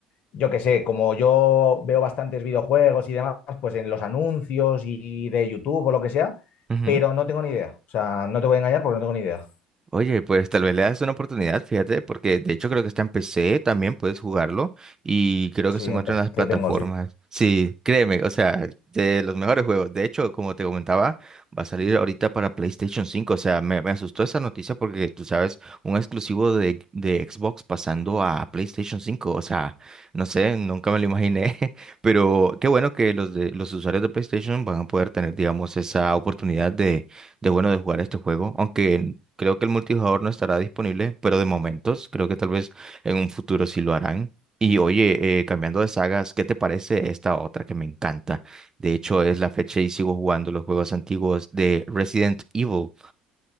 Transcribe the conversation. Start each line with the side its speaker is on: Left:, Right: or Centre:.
Left: yo qué sé, como yo veo bastantes videojuegos y demás, pues en los anuncios y de YouTube o lo que sea,
Right: ujú.
Left: pero no tengo ni idea. O sea, no te voy a engañar porque no tengo ni idea.
Right: Oye, pues tal vez le das una oportunidad, fíjate, porque de hecho creo que está en PC, también puedes jugarlo y creo
Left: Sí,
Right: que se
Left: empecé,
Right: encuentra en las plataformas.
Left: tengo, sí.
Right: Sí, créeme, o sea, de los mejores juegos. De hecho, como te comentaba, va a salir ahorita para PlayStation 5, o sea, me, me asustó esa noticia porque tú sabes, un exclusivo de, de Xbox pasando a PlayStation 5, o sea, no sé, nunca me lo imaginé, <laughs> pero qué bueno que los, de, los usuarios de PlayStation van a poder tener, digamos, esa oportunidad de de bueno de jugar este juego, aunque Creo que el multijugador no estará disponible, pero de momentos, creo que tal vez en un futuro sí lo harán. Y oye, eh, cambiando de sagas, ¿qué te parece esta otra que me encanta? De hecho, es la fecha y sigo jugando los juegos antiguos de Resident Evil.